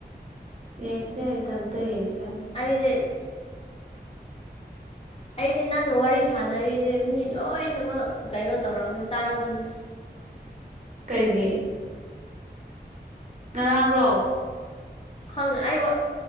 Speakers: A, on the right; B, on the left.
A: ꯌꯦꯡꯗꯦ ꯏꯊꯟꯇ ꯌꯦꯡꯖꯩ
B: ꯑꯩꯁꯦ ꯑꯩꯁꯦ ꯅꯪꯒ ꯋꯥꯔꯤ ꯁꯥꯟꯅꯔꯤꯁꯦ ꯃꯤ ꯂꯣꯏꯅꯃꯛ ꯀꯩꯅꯣ ꯇꯧꯔꯝꯃꯦ ꯇꯥꯔꯝꯃꯅꯤ
A: ꯀꯩꯒꯤ ꯉꯔꯥꯡꯔꯣ
B: ꯈꯪꯅ ꯑꯩ ꯋꯥ